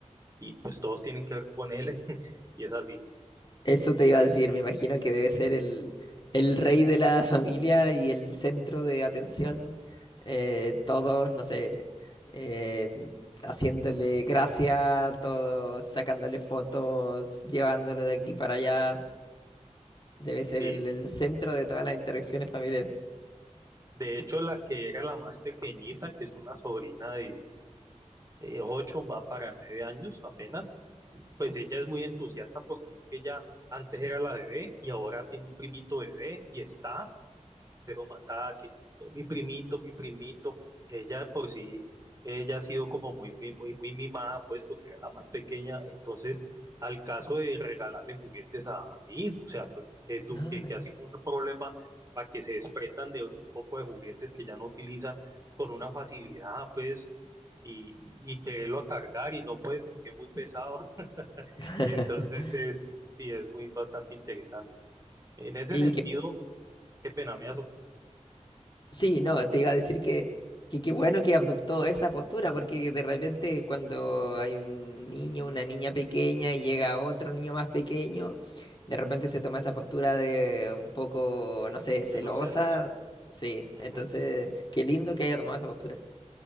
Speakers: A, on the right; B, on the left.
A: y pues todos tienen que ver con él <laughs> y es así,
B: eso te iba a decir, me imagino que debe ser el, el rey de la <laughs> familia y el centro de atención. eh, todos, no sé, eh, haciéndole gracia, todos sacándole fotos, llevándolo de aquí para allá. Debe ser
A: sí.
B: el, el centro de todas las interacciones familiares.
A: De hecho, la que era la más pequeñita, que es una sobrina de, de ocho, va para nueve años apenas, pues ella es muy entusiasta porque es que ella antes era la bebé y ahora tiene un primito bebé y está pero matada, que eh, mi primito, mi primito, ella de por sí, ella ha sido como muy, mi- muy, muy mimada, pues, porque era la más pequeña, entonces, al caso de regalarle juguetes a mi hijo, o sea, pues, que, du-
B: Ah,
A: que, que
B: ok.
A: ha sido un problema para que se desprendan de un poco de juguetes que ya no utilizan con una facilidad, pues, y, y quererlo a cargar y no puede porque es muy pesado, <laughs>
B: <laughs>
A: entonces es, sí, es muy bastante interesante. En ese
B: Y
A: sentido,
B: que
A: qué pena me vas a
B: Sí, no, te iba a decir que que qué bueno que adoptó esa postura, porque de repente cuando hay un niño, una niña pequeña y llega otro niño más pequeño, de repente se toma esa postura de un poco, no sé, celosa.
A: de los celos.
B: Sí,
A: Ujú.
B: entonces, qué lindo que haya tomado esa postura.